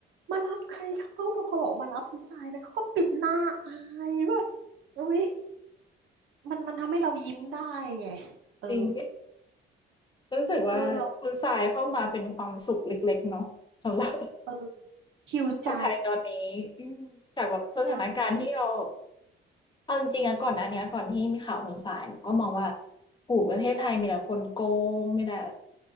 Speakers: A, on the right (about 75°); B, on the left (about 25°).
A: มารับใครครับเขาพอบอกว่ามารับคุณทรายนะเขาก็ปิดหน้าอายแบบอุ๊ยมันมันทำให้เรายิ้มได้ไงเออ
B: จริงรู้สึกว่าคุณทรายเข้ามาเป็นความสุขเล็กๆเนาะสำหรับ
A: เออเราเออคิวใจ
B: คนไทยตอนนี้อืมจากแบบสถานการณ์ที่เรา
A: ใช่ใช่
B: เอาจริงๆนะก่อนหน้าเนี้ยก่อนที่มีข่าวคนสายหนูก็มองว่าโอ้โฮประเทศไทยมีแต่คนโกงมีแต่